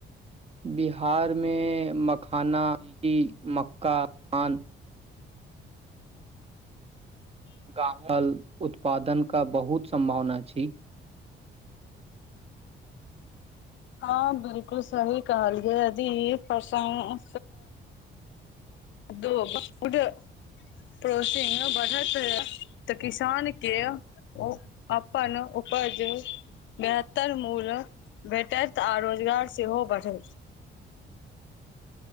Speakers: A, on the right; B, on the left.
A: बिहारमें मखाना लीटी मक्का धान गाल उत्पादन का बहुत सम्भावना अछि
B: हँ बिलकुल सही कहल यदी प्रशं दू उड <unintelligible> प्रोसीन बढ़त है तऽ किसान के ओ अपन ओ बाजू बेहतर मूल्य भेटत आ रोजगार सेहो बढ़थि